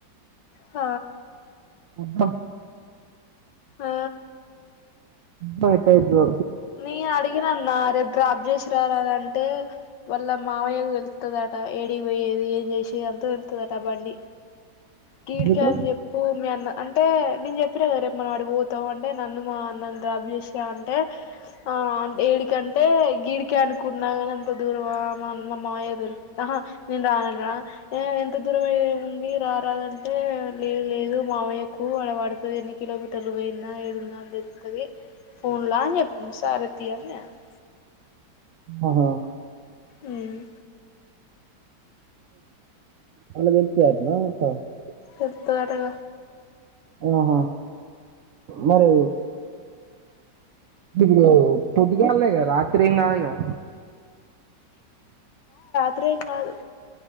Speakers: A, on the left; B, on the right.
A: హ
B: మొత్తం
A: ఆ
B: పైతే బ్రో
A: నేను అడిగిన అన్న రేపు క్రాబ్ చేసిరార అని అంటే వాళ్ళ మామయ్య తెలుత్త అది అంట ఏడి పోయేది ఏం చేసేది అంత తేలుస్తుద అంట అవ అన్ని కీడికా
B: ఎందుకు
A: అని చెప్పు మీ అన్న అంటే నేను చెప్పు ఇప్పుడేరేపు మనం అడిపోతాం అంటే నన్ను మా అన్నంద అభేస అంటే ఆ ఏడికంటే అంటే గీడికే అనుకున్నా కాని అంత దూరం మా మాయదిహా నేను రానను రా ఏ ఎంత దూరం అయి ఉంది రా ఉంటద అంటే లేదు లేదు మామయ్యకు వాడ వాడుతుంది ఎన్ని కిలోమీటర్లు పోయయింద ఏడుంద అ లే అంట అది ఫోన్ లా అన్ చేప్పింది సరేతి అని చెప్పిన
B: ఆహా
A: ఉమ్
B: అలా <unintelligible>
A: చెప్పుతోరగ
B: ఆహా మరి ఇప్పుడు పొద్దుగాల ఇక రాత్రి ఏం కాదుగా
A: త్రీ ఏం కాదు